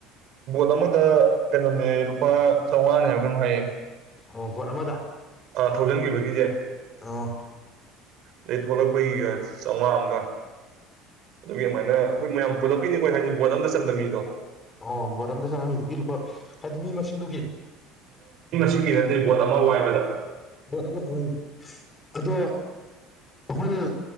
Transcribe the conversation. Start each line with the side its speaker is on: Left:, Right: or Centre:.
Right: ꯕꯣꯠ ꯑꯃꯗ ꯀꯩꯅꯣꯅꯦ ꯂꯨꯄꯥ ꯆꯥꯝꯃꯉꯥꯅꯦ ꯍꯥꯏꯕ ꯀꯩꯅꯣ ꯍꯥꯏꯌꯦ
Left: ꯑꯣ ꯐꯣꯔꯃꯗ
Right: ꯊꯧꯖꯤꯟꯈꯤꯕꯒꯤꯁꯦ
Left: ꯑ
Right: ꯑꯗꯩ ꯊꯣꯛꯂꯛꯄꯒꯤꯒ ꯆꯥꯝꯃꯉꯥ ꯑꯃꯒ ꯑꯗꯨꯒꯤꯃꯥꯏꯅ ꯑꯩꯈꯣꯏ ꯃꯌꯥꯝ ꯄꯨꯜꯂꯛꯄꯤꯅꯤꯈꯣꯏ ꯍꯥꯏꯗꯤ ꯕꯣꯠ ꯑꯝꯇ ꯆꯟꯗꯕ ꯃꯤꯗꯣ
Left: ꯑꯣ ꯕꯣꯔꯝꯗ ꯆꯠꯃꯤꯗꯨꯒꯤ ꯂꯨꯄꯥ ꯍꯥꯏꯗꯤ ꯃꯤ ꯃꯁꯤꯡꯗꯨꯒꯤ
Right: ꯁꯤꯡꯒꯤ ꯅꯠꯇꯦ ꯕꯣꯠ ꯑꯃ ꯋꯥꯏꯕꯗ
Left: ꯄꯣꯠ ꯑꯃꯅꯤ ꯑꯗꯣ ꯑꯩꯈꯣꯏꯅ